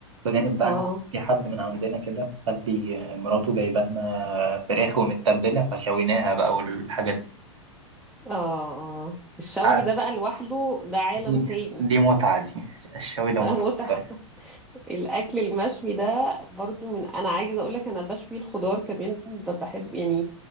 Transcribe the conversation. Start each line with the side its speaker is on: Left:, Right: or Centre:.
Right: بجانب بقى
Centre: اه
Right: إن في حد من عندنا كده مخلي مراته جايبه لنا فراخ ومتبلة فشويناها بقى والحاجات دي
Centre: اه اه الشوي
Right: قعد-
Centre: ده بقى لوحده ده عالم
Right: دي
Centre: تاني
Right: دي متعة دي الشوي ده
Centre: ده
Right: متعة
Centre: متعة
Right: الصراحة
Centre: الاكل المشوي ده برضو من انا عايزه اقول لك انا بشوي الخضار كمان ب- بحب يعني